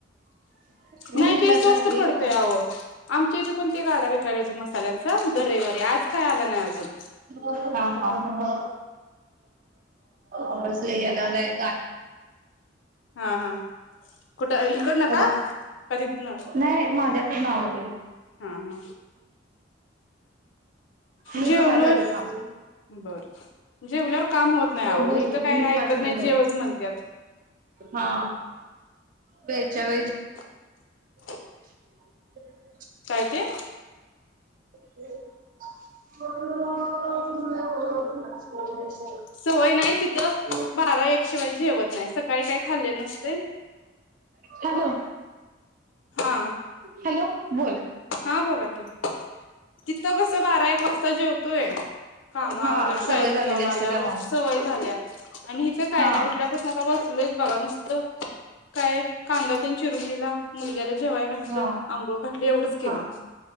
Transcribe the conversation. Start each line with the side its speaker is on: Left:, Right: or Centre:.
Right: <inaudible>
Left: नाही
Right: म्हंटलं
Left: ते
Right: आता
Left: स्वस्त
Right: हे
Left: पडतय
Right: कोण
Left: अह आमच्या इथे पण ते गाडा विकायला येतो मसाल्यांचा दर रविवारी. आज काय आला नाही अजून
Right: हा हा. आवाज लयी यायलागलाय.
Left: हा हा कुठं इकड न
Right: एवढं
Left: का? का तिथनं
Right: नाही. माझ्याकड आवाज आहे.
Left: हा हा
Right: मी
Left: जेवलोय
Right: बाहेर जाते थांब.
Left: बर जेवल्यावर काम होत नाही अहो
Right: बोल
Left: इथं
Right: की,
Left: काय
Right: पाच
Left: ऐकत
Right: मिनिट
Left: नाही
Right: बोल.
Left: जेवच म्हणत्यात
Right: हा वेळच्यावेळी
Left: <inaudible>
Right: <inaudible>
Left: काय ते?
Right: <inaudible>
Left: सवय नाही तिथं
Right: <unintelligible>
Left: बारा एक शिवाय जेवत नाही सकाळी काय खाल्लेलं नसतंय
Right: हॅलो,
Left: हा
Right: हॅलो बोल.
Left: हा बोला कि तिथं कस बारा एक वाजता जेवतोय. काम आवरल्या
Right: हा सवय
Left: शाळेतने
Right: झालेली
Left: जाऊन
Right: असते
Left: आल्यावर
Right: त्यामुळं.
Left: सवय झाल्या आणि हिचं काय
Right: हा.
Left: नाही उठल्यापासून आता बस सलोयच बघा नसत काय कांदा त्याने चिरून दिला मुलग्याला जेवय घातलं,
Right: हा
Left: अंघोळ घातलं एवढंच केलं.
Right: हा